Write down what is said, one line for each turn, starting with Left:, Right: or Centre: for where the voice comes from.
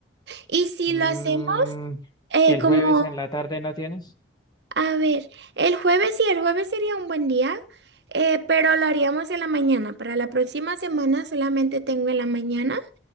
Right: Y si
Left: Mm,
Right: lo hacemos eh,
Left: ¿el
Right: como,
Left: jueves en la tarde no tienes?
Right: a ver, el jueves sí, el jueves sería un buen día, eh, pero lo haríamos en la mañana. Para la próxima semana solamente tengo en la mañana.